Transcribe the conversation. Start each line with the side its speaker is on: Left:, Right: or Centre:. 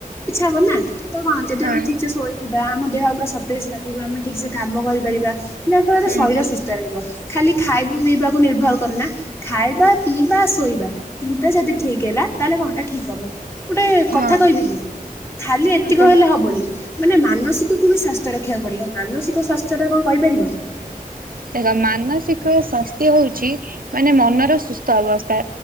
Left: ଇଚ୍ଛା ହବନି ନା ତ କଣ ଯଦି
Right: ହଁ
Left: ଆମେ ଠିକ୍ ସେ ଶୋଇଥିବା ଆମ ଦେହ ପୁରା ସତେଜ ଲାଗିବ ଆମେ ଠିକ୍ ସେ କାମ କରିପାରିବା ଯାହାଫଳରେ
Right: ହୁଁ
Left: ଶରୀର ସୁ ସୁସ୍ଥ ରହିବ ଖାଲି ଖାଇବା ପିଇବାକୁ ନିର୍ଭର କରନା ଖାଇବା ପିଇବା ଶୋଇବା ତିନିଟା ଯଦି ଠିକ ହେଲା ତାହେଲେ କଣଟା ଠିକ ହବ? ଗୋଟେ
Right: ହଁ
Left: କଥା କହିବିି କି ଖାଲି ଏତିକ
Right: ହଁ କହୁନ।
Left: ହେଲେ ହବନି ମାନେ ମାନସି କ ବି ସାସ୍ଥ ରଖିବାକୁ ପଡିବ। ମାନସିକ ସ୍ୱାସ୍ଥ୍ୟ ଟା କଣ କହିପାରିବ?
Right: ଦେଖ ମାନସିକ ସ୍ୱାସ୍ଥ୍ୟ ହଉଚି ମାନେ ମନର ସୁସ୍ଥ ଅବସ୍ଥା।